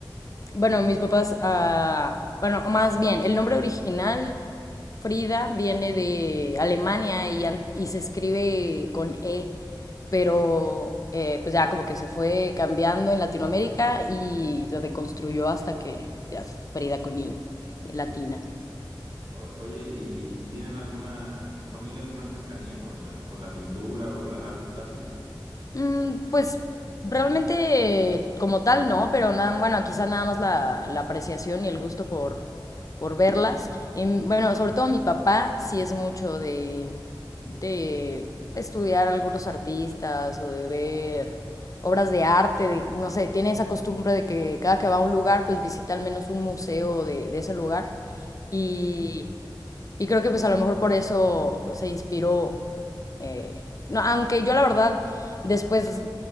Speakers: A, on the left; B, on the right.
A: bueno, mis papás, ah, bueno, o más bien, el nombre original, Frida, viene de Alemania y, an- y se escribe con E, pero eh, pues ya como que se fue cambiando en Latinoamérica y se reconstruyó hasta que ya es Frida con I, latina.
B: Sí. O- oye, ¿y, y tienen alguna, en tu familia alguna cercanía con la, con la pintura o con las artes plásticas?
A: Mm, pues realmente como tal no, pero nada, bueno, quizá nada más la, la apreciación y el gusto por, por verlas. Y, bueno, sobre todo mi papá sí es mucho de, de estudiar algunos artistas o de ver obras de arte, de- no sé, tiene esa costumbre de que cada que va a un lugar, pues visita al menos un museo de, de ese lugar. Y, y creo que pues a lo mejor por eso se inspiró. eh, no, aunque yo la verdad después